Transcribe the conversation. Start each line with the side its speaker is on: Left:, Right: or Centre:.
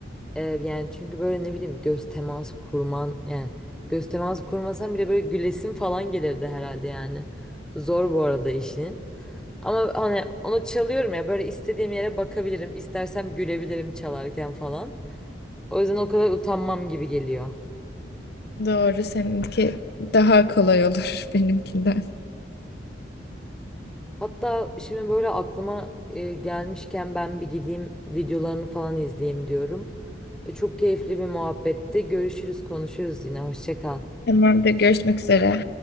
Centre: Ee, yani çünkü böyle ne bileyim göz teması kurman yani göz teması kurmasan bile böyle gülesin falan gelirdi herhalde yani. Zor bu arada işin. Ama hani onu çalıyorum ya böyle istediğim yere bakabilirim, istersem gülebilirim çalarken falan. O yüzden o kadar utanmam gibi geliyor.
Left: Doğru, seninki daha kolay olur <laughs> benimkinden.
Centre: Hatta şimdi böyle aklıma e, gelmişken ben bir gideyim videolarını falan izleyeyim diyorum. E, çok keyifli bir muhabbetti. Görüşürüz, konuşuruz yine. Hoşça kal.
Left: Tamamdır, görüşmek üzere.